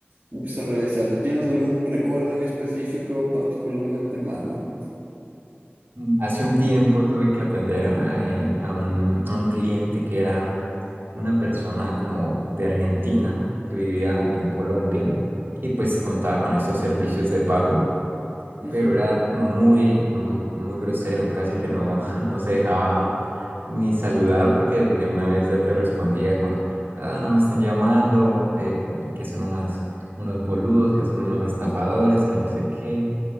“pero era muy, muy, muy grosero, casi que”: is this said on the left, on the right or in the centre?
Right